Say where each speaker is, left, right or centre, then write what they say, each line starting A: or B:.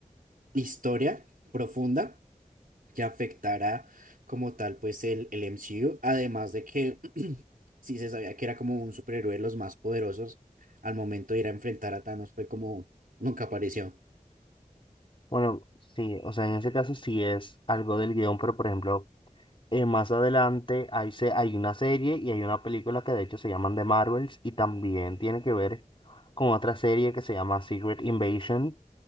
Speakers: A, on the right; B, on the left.
A: historia profunda. que afectara como tal pues el, el MCU, además de que <clears throat> sí se sabía que era como un superhéroe de los más poderosos, al momento de ir a enfrentar a Thanos fue como nunca apareció.
B: Bueno, sí, o sea, en ese caso sí es algo del guión, pero por ejemplo, eh, más adelante hay, se- hay una serie y hay una película que de hecho se llaman The Marvels y también tiene que ver con otra serie que se llama Secret Invasion.